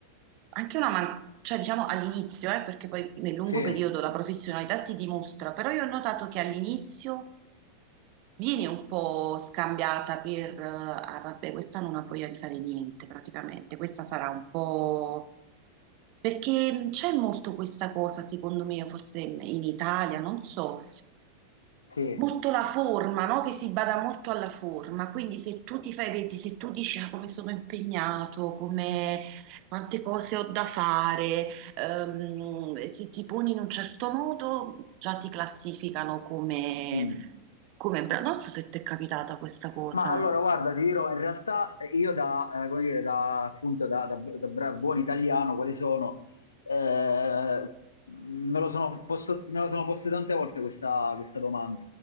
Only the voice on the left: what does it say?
Sì,
sì.
Mm.
Ma allora, guarda, ti dirò, in realtà eh, io da, eh, come dire, da, appunto, da, da- da bra- buon italiano, quale sono, eh, me lo sono posto, me lo sono posto tante volte questa, questa domanda,